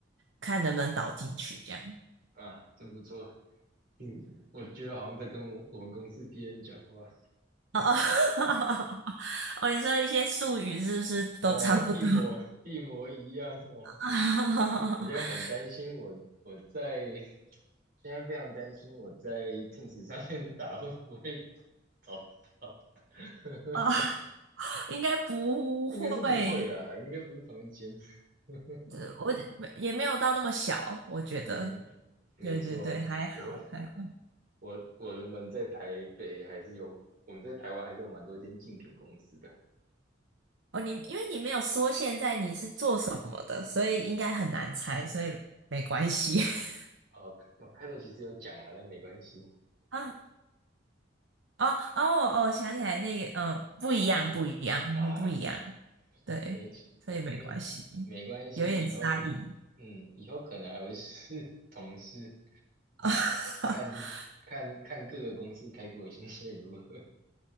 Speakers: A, on the right; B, on the right.
A: 看能不能导进去这样。
B: 啊，真不错。嗯，我觉得好像在跟我我们公司别人讲话。
A: 哦哦 <laughs> 哦，你说一些术语是不是都差不多？
B: 哦，一模一模一样哦。
A: <laughs>
B: 我现在很担心我，我在现在非常担心我在 Teams 上面打会不会倒 <laughs>
A: 啊，应该不会，
B: 应该是不会啦，应该不是同一间。<laughs>
A: 呃我也没有到那么小，我觉得。
B: 嗯，没错，
A: 对对对，还好还好。
B: 我我我们在台北还是有，我们在台湾还是有蛮多间竞品公司的。
A: 哦，你因为你没有说现在你是做什么的，所以应该很难猜，所以没关系。<laughs>
B: 哦，我开头其实有讲啊，但没关系，
A: 啊，哦哦哦，想起来那个，嗯，不一样，
B: 没啊，
A: 不一样，我们不一样，对，
B: 没
A: 所以没关系，
B: 没没关系，
A: 有点差异。
B: 以后嗯，以后可能还会是 <laughs> 同事，
A: <laughs>
B: 看看看各个公司开给我薪水如何。<laughs>